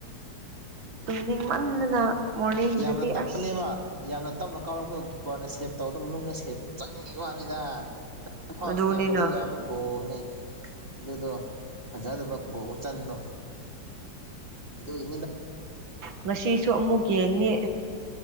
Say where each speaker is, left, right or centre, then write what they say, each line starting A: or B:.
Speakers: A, on the right; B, on the right.
A: ꯇꯨꯝꯅꯤꯡꯃꯟꯗꯅ ꯃꯣꯔꯅꯤꯡꯒꯤꯗꯗꯤ
B: ꯌꯥꯝꯅ ꯇꯞꯄꯅꯦꯕ
A: ꯑꯁ
B: ꯌꯥꯝꯅ ꯇꯞꯅ ꯀꯥꯎꯔꯛꯄꯗꯣ ꯀꯤꯞꯄꯔꯅ ꯁꯦꯞ ꯇꯧꯕꯗ ꯃꯅꯨꯡꯗ ꯁꯦꯞ ꯆꯪꯒꯤꯋꯥꯅꯤꯗ ꯐꯥꯎ
A: ꯑꯗꯨꯅꯤꯅ
B: ꯁꯦꯚ ꯇꯧꯕ ꯌꯥꯕ ꯒꯣꯜꯅꯦ ꯑꯗꯨꯗꯣ ꯐꯖꯗꯕ ꯒꯣꯜ ꯆꯟꯗꯣ ꯑꯗꯨꯒꯤ
A: ꯉꯁꯤꯁꯨ ꯑꯃꯨꯛ ꯌꯦꯡꯅꯤ